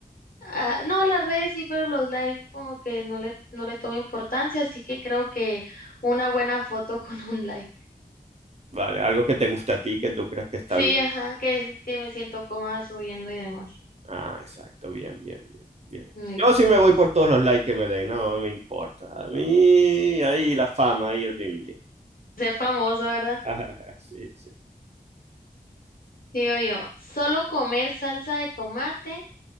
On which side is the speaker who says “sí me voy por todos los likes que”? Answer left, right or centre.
Right